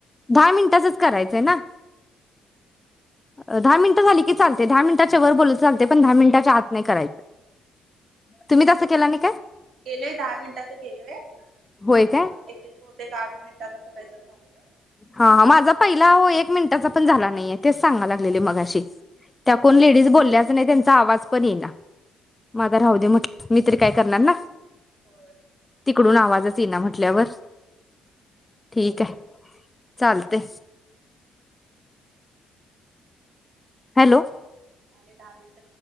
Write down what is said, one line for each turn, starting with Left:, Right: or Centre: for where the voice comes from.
Left: दहा मिनिटाचच करायचंय ना! दहा मिनिट झाली की चालतेय दहा मिनिटाच्या वर बोलल तर चालतेय पण दहा मिनिटाच्या आत नाही करायचं. तुम्ही तसं केला नाही काय
Right: केलोय दहा मिनिटाच केलोय. <unintelligible>
Left: होय काय
Right: आठ मिनिटात <unintelligible>
Left: हा माझा पहिला आओ एक मिनिटाचा पण झाला नहीये, तेच सांगा लागलेले मगाशी. त्या कोण लेडीज बोलल्याच नाही त्यांचा आवाज पण येई ना माझ राहू दे म्हट, मी तरी काय करणार ना.
Right: होय
Left: तिकडून आवाजच येई ना म्हटल्यावर ठीक आहे. चालतय. हॅलो!
Right: झाले दहा मिनट.